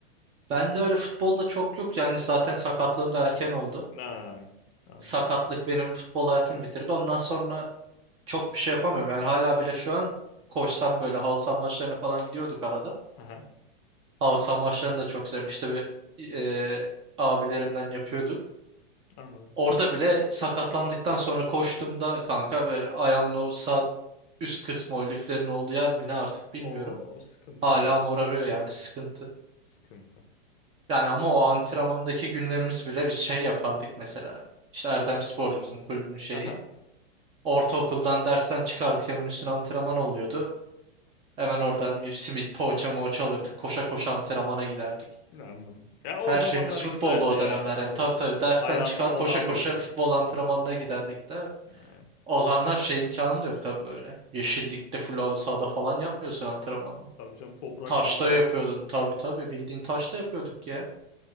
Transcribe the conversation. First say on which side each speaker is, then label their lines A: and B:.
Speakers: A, on the right (about 20°); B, on the left (about 35°).
A: Ben de öyle futbolda çok yok. Yani zaten sakatlığım da erken oldu.
B: Ha, anladım.
A: Sakatlık benim futbol hayatımı bitirdi. Ondan sonra çok bir şey yapamıyorum. Yani hala bile şu an koşsam böyle halı saha maçlarına falan gidiyorduk arada.
B: Aha,
A: Halı saha maçlarını da çok sevmişti ve e, abilerimden yapıyorduk.
B: anladım.
A: Orada bile sakatlandıktan sonra koştuğumda kanka böyle ayağımın o sağ üst kısmı o liflerin olduğu yer mi ne artık bilmiyorum.
B: Oo, o sıkıntı
A: Hala
B: ya.
A: morarıyor yani sıkıntı.
B: Sıkıntı.
A: Yani ama o antrenmandaki günlerimiz bile biz şey yapardık mesela. İşte Erdem Spor'du bizim kulübün şeyi.
B: Aha,
A: Ortaokuldan dersten çıkardık hemen üstüne antrenman oluyordu. Hemen oradan bir simit poğaça moğaça alırdık. Koşa koşa antrenmana giderdik.
B: anladım. Ya o
A: Her
B: zamanlar
A: şeyimiz
B: güzeldi
A: futbolda o
B: ya
A: dönemler
B: tabii.
A: yani. Tabii tabii dersten
B: Hayatını
A: çıkar koşa
B: ona adıyorsun.
A: koşa futbol antrenmanına giderdik de.
B: Evet.
A: O zamanlar şey imkanın da yok tabii böyle. Yeşillikte, full sahada falan yapmıyorsun antrenmanını.
B: Tabii canım toprak
A: Taşta
B: saha falan.
A: yapıyordun tabii tabii bildiğin taşta yapıyorduk ya.